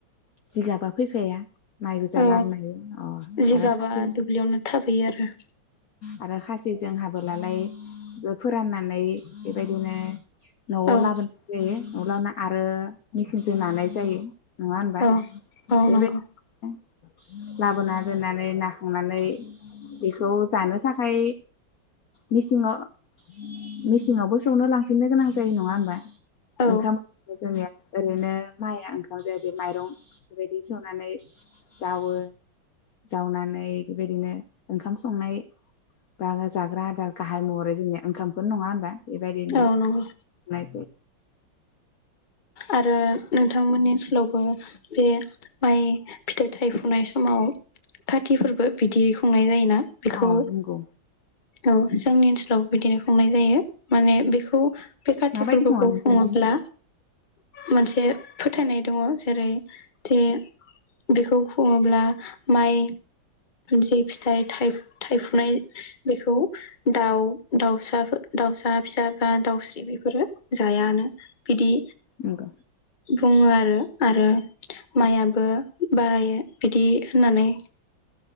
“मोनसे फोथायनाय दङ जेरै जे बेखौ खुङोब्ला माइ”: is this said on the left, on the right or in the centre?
Left